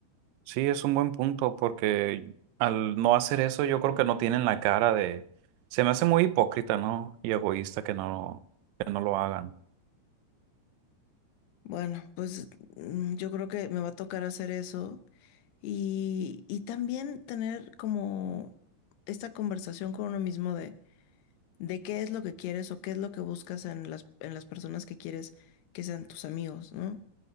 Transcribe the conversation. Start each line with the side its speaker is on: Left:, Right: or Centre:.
Right: sí, es un buen punto porque al no hacer eso yo creo que no tienen la cara de... Se me hace muy hipócrita, ¿no? Y egoísta que no, que no lo hagan.
Left: Bueno, pues mm, yo creo que me va a tocar hacer eso y, y también tener como esta conversación con uno mismo de, de qué es lo que quieres o qué es lo que buscas en las, en las personas que quieres que sean tus amigos, ¿no?